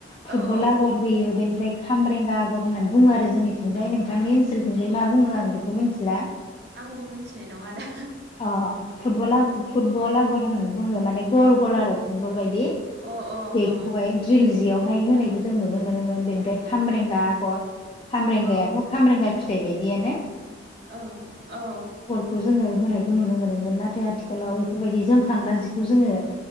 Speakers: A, on the right (about 65°); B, on the left (about 30°).
A: औ
B: फुटबल
A: औ
B: आगर होयो बेनिफ्राय खामरेंगा आगर होननानै बुङो आरो जोंनिथिंजाय नोंथांनि ओनसोलथिं मा बुङो आं बेखौ मिथिला।
A: आंबो मिथिनाय नङा दा
B: अ फुटला फुटबल आगर होननानै बुङो माने गल गल आरो फुटबल बायदि
A: ओ अ अ
B: बेखौहाय द्रिल जियाव बेहाय होनायखौ जों नुनो मोन बेनिफ्राय खामब्रेंगा आगर खामब्रेंगायाथ'
A: अ
B: खामबेंगा फि बेबायदियानो
A: औ औ
B: खौ जोङो होनायखौ नुनो मोनोमोन नाथाय आथिखालाव बेफोरबायदि जोमखांग्रा जिखौ जोङो